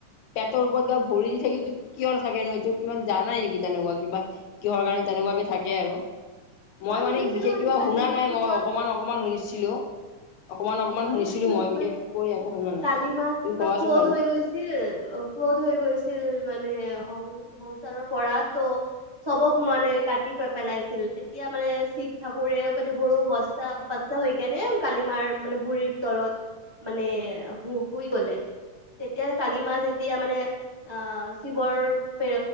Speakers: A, on the left; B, on the right.
A: পেটৰ ওপৰত বা ভৰি দি থাকে কিয় নাথাকেনো এইটো কিমান জান নেকি তেনেকুৱা কিবা কিহৰ কাৰণে তেনেকুৱাকে থাকে আৰু মই মানে
B: শুনিছিলো
A: বিশেষ কিবা
B: কালি
A: শুনা
B: মা
A: নাই
B: কিবা
A: মই অকমান অকমান শুনিছিলো অকমান অকমান
B: মই শুনিছিলো
A: মই বিশেষকৈ
B: মানে
A: একো শুনা নাই
B: তলিমাই
A: তুমি
B: কিবা
A: কোৱাচোন
B: ক্ৰধ
A: বাৰু
B: হৈ গৈছিল ছিল ক্ৰোধ হৈ গৈছিল মানে সং সংসাৰৰ পৰা ত চবক মানে কাটি পেলাইছিল তেতিয়া মানে শিৱ ঠাকুৰে মানে সৰু বা চা হৈ কেনে কালিমাৰ মানে ভুৰিৰ তলত মানে শুই গলে তেতিয়া কালি মাহ যেতিয়া মানে আহ শিৱৰ পে